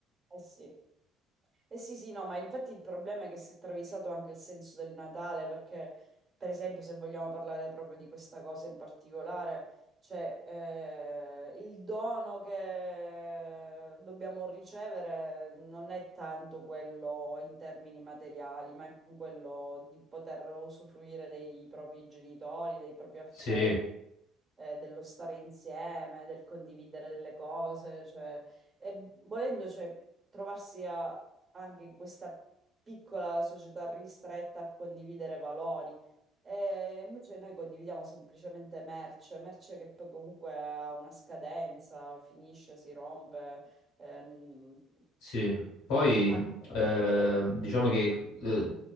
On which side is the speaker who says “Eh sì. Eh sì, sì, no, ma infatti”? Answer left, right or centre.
Right